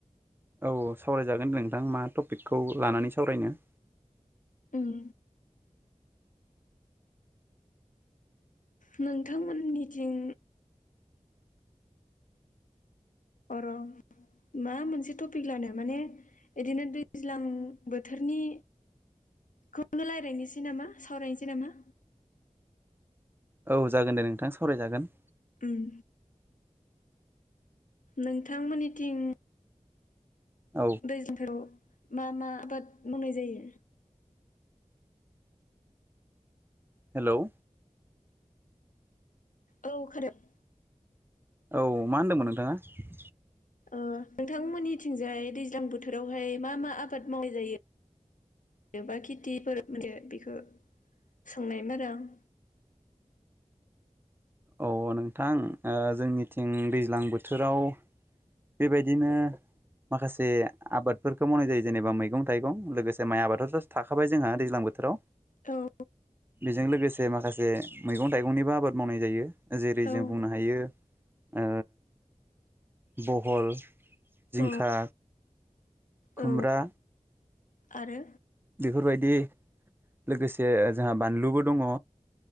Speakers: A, on the right (about 15°); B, on the left (about 80°).
A: औ सावरायजागोन दे नोंथां मा टपिकखौ लानानै सावरायनो
B: ओं नोंथांमोननिथिं अर'न मा मोनसे टपिक लानो माने इदिनो दैज्लां बोथोरनि खौनो रायज्लायनोसै नामा सावरायनोसै नामा
A: औ जागोन दे नोंथां सावरायजागोन
B: ओम नोंथांमोननिथिं
A: औ
B: दैज्लां बोथोराव मा मा आबाद मावनाय जायो
A: हेल'
B: औ खोनादों
A: औ मा होन्दोंमोन नोंथाङा
B: ओ नोंथांमोननिथिंजाय दैज्लां बोथोरावहाय मा मा आबाद मावनाय जायो जेन'बा खेथिफोर माने बेखौ सोंनायमोन आरो आं
A: अ नोंथां जोंनिथिं दैज्लां बोथोराव बेबायदिनो माखासे आबादफोरखौ मावनाय जायो जेनेबा मैगं थाइगं लोगोसे माइ आबादाथ' थाखाबाय जोंहा दैज्लां बोथोराव
B: आरो आं उम औ
A: बेजों लो गोसे माखासे मैगं थाइगंनिबो आबाद मावनाय जायो जेरै
B: औ
A: जों बुंनो हायो ओ बहल जिंखा
B: औ
A: खुमब्रा
B: औ आरो
A: बेफोरबायदि लोगोसे ओ जोंहा बानलुबो दङ